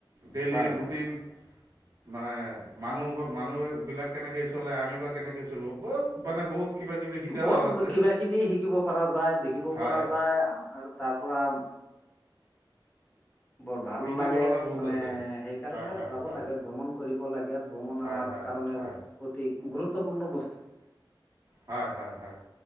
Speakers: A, on the right; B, on the left.
A: ডেইলি
B: হয়,
A: ৰুটিন।
B: হয়, হয়।
A: মানে মানুহ মানুহবিলাক কেনেকৈ চলে আমি বা কেনেকৈ চলোঁ বহু মানে বহুত। কিবা কিবি। শিকাৰাও
B: বহুত
A: আছে
B: কিবা কিবি শিকিব পৰা যায় দেখিব
A: হয়
B: পৰা যায় আৰু তাৰ পৰা। <inaudible> বৰ ভাল
A: শিকিব
B: লাগে
A: লগা বহুত
B: মানে
A: আছে
B: সেইকাৰণে
A: হয় হয়
B: যাব
A: হয়
B: লাগে ভ্ৰমণ কৰিব লাগে। ভ্ৰমণ
A: হয়
B: আমাৰ।
A: হয়
B: কাৰণে
A: হয়
B: অতি গুৰুত্বপূৰ্ণ বস্তু।
A: হয় হয় হয়।